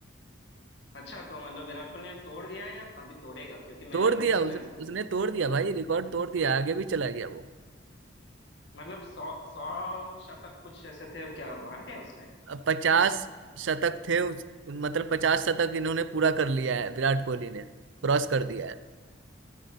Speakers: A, on the left (about 60°); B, on the right (about 70°).
A: अच्छा तो मतलब विराट कोहली ने तोड़ दिया है या अभी तोड़ेगा क्योंकि मैंने
B: तोड़
A: तो
B: दिया
A: नहीं सुना
B: उस, उसने
A: ऐसा
B: तोड़ दिया भाई रिकॉर्ड तोड़ दिया आगे भी चला गया वो
A: मतलब सौ सौ शतक कुछ ऐसे थे क्या मारते हैं उसने
B: अब पचास शतक थे उस, मतलब पचास शतक इन्होंने पूरा कर लिया है विराट कोहली ने क्रॉस कर दिया है